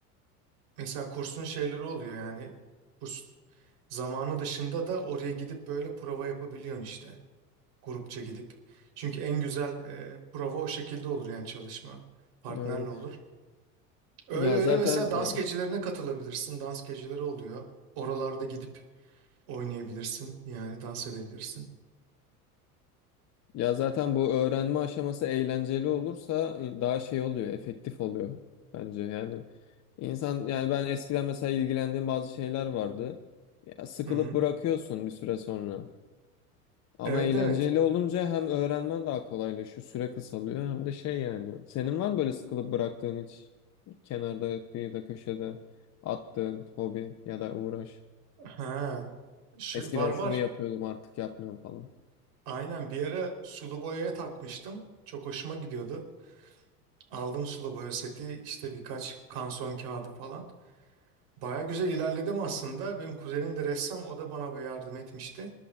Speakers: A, on the right (about 55°); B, on the left (about 35°).
A: mesela kursun şeyleri oluyor yani kurs zamanı dışında da oraya gidip böyle prova yapabiliyorsun işte grupça gidip. Çünkü en güzel e, prova o şekilde olur yani çalışma partnerle
B: e,
A: olur. Öyle
B: ya
A: öyle
B: zaten
A: mesela
B: e,
A: dans gecelerine katılabilirsin. Dans geceleri oluyor. Oralarda gidip Oynayabilirsin. Yani dans edebilirsin.
B: ya zaten bu öğrenme aşaması eğlenceli olursa e, daha şey oluyor, efektif oluyor bence. Yani insan yani ben eskiden mesela ilgilendiğim bazı şeyler vardı. Ya sıkılıp
A: Hı hı.
B: bırakıyorsun bir süre sonra. Ama
A: Evet
B: eğlenceli
A: evet.
B: olunca hem öğrenmen daha kolaylaşıyor, süre kısalıyor hem de şey yani. Senin var mı böyle sıkılıp bıraktığın hiç kenarda, kıyıda, köşede attığın hobi ya da uğraş?
A: Ha, şey,
B: Eskiden
A: var var.
B: şunu yapıyordum artık yapmıyorum falan.
A: Aynen bir ara sulu boyaya takmıştım. Çok hoşuma gidiyordu. Aldım sulu boya seti işte birkaç kanson kağıdı falan. Baya güzel ilerledim aslında. Benim kuzenim de ressam o da bana böyle yardım etmişti.